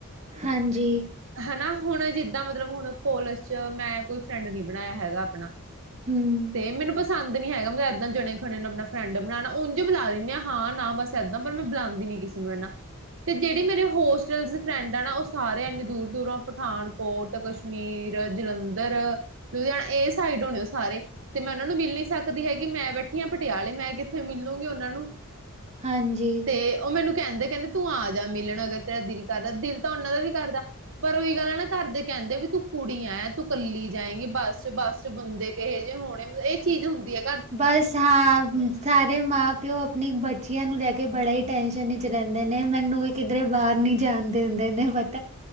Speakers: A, on the right; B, on the right.
A: ਹਾਂਜੀ
B: ਹਨਾ। ਹੁ ਜਿੱਦਾਂ ਮਤਲਬ ਹੁਣ ਕੋਲਜ ਚ ਮੈਂ ਕੋਈ ਫਰੈਂਡ ਨੀ ਬਣਾਇਆ ਹੈਗਾ ਆਪਣਾ।
A: ਹੂੰ
B: ਤੇ ਮੈਨੂੰ ਪਸੰਦ ਨੀ ਹੈਗਾ ਮੈਂ ਏਦਾਂ ਜੁਣੇ ਖੁਣੇ ਨੂੰ ਆਪਣਾ ਫਰੈਂਡ ਬਣਾਉਣਾ ਉੰਝ ਬੁਲਾ ਦਿੰਦੀ ਹ ਹਾਂ ਨਾ ਬਸ ਏਦਾਂ ਪਰ ਮੈਂ ਬੁਲਾਉਂਦੀ ਨੀ ਕਿਸੇ ਨੂੰ ਇਨਾ ਤੇ ਜਿਹੜੀ ਮੇਰੇ ਹੋਸਟਲ ਫਰੈਂਡ ਆ ਨਾ ਉਹ ਸਾਰ ਇਨੀ ਦੂਰ ਦੂਰੋਂ ਪਠਾਨਕੋਟ ਕਸ਼ਮੀਰ ਜਲੰਧਰ ਲੁਧਿਆਣਾ ਇਹ ਸਾਈਡ ਹੋਣੇ ਉਹ ਸਾਰੇ ਤੇ ਮੈਂ ਉਹਨਾਂ ਨੂੰ ਮਿਲ ਨੀ ਸਕਦੀ ਹੈਗੀ ਮੈਂ ਬੈਠੀ ਹਾਂ ਪਟਿਆਲੇ ਮੈਂ ਕਿੱਥੇ ਮਿਲੂੰਗੀ ਉਹਨਾਂ ਨੂੰ,
A: ਹਾਂਜੀ
B: ਤੇ ਉਹ ਮੈਨੂੰ ਕਹਿੰਦੇ ਕਹਿੰਦੇ ਤੂੰ ਆ ਜਾ ਮਿਲਣ ਅਗਰ ਤੇਰਾ ਦਿਲ ਕਰਦਾ ਦਿਲ ਤਾਂ ਉਹਨਾਂ ਦਾ ਵੀ ਕਰਦਾ, ਪਰ ਉਹੀ ਗੱਲ ਆ ਨਾ ਘਰਦੇ ਕਹਿੰਦੇ ਵੀ ਤੂੰ ਕੁੜੀ ਆਏ ਤੂੰ ਕੱਲੀ ਜਾਏਗੀ ਬੱਸ ਚ ਬੱਸ ਚ ਬੰਦੇ ਕਿਹੋ ਜਿਹੇ ਹੋਣੇ ਇਹ ਚੀਜ਼ ਹੁੰਦੀ ਹੈ।
A: ਬਸ ਹਾਂ ਸਾਰੇ ਮਾਂ ਪਿਓ ਆਪਣੀ ਬੱਚੀਆਂ ਨੂੰ ਲੈ ਕੇ ਬੜਾ ਹੀ ਟੈਨਸ਼ਨ ਵਿਚ ਰਹਿੰਦੇ ਨੇ ਮੈਨੂੰ ਵੀ ਕਿਧਰੇ ਬਾਹਰ ਨੀ ਜਾਣ ਦਿੰਦੇ ਨੇ ਬੱਚੇ